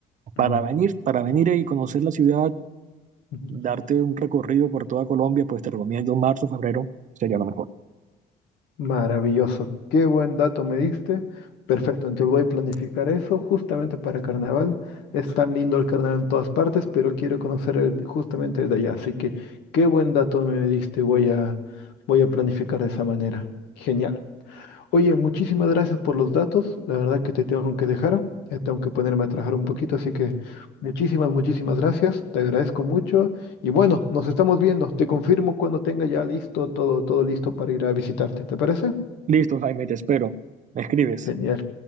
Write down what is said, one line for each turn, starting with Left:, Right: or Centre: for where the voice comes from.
Right: para
Left: ujú,
Right: venir, para venir y conocer la ciudad,
Left: ujú.
Right: darte un recorrido por toda Colombia, pues te recomiendo marzo, febrero, sería lo mejor.
Left: Maravilloso, qué buen dato me diste. Perfecto, entonces voy a planificar eso justamente para carnaval. Es tan lindo el carnaval en todas partes, pero quiero conocer el- justamente el de allá. Así que qué buen dato me diste. Voy a, voy a planificar de esa manera. Genial. Oye, muchísimas gracias por los datos. La verdad que te tengo que dejar. Ya tengo que ponerme a trabajar un poquito. Así que muchísimas, muchísimas gracias. Te agradezco mucho. Y bueno, nos estamos viendo. Te confirmo cuando tenga ya listo todo, todo listo para ir a visitarte. ¿Te parece?
Right: Listo, Jaime, te espero. Me escribes.
Left: Genial.